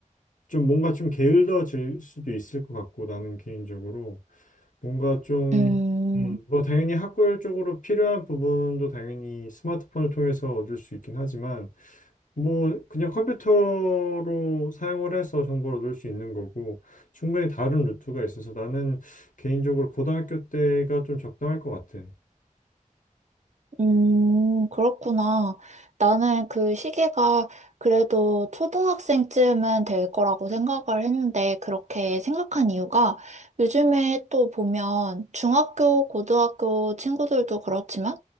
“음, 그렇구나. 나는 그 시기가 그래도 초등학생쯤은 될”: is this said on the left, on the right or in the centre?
Right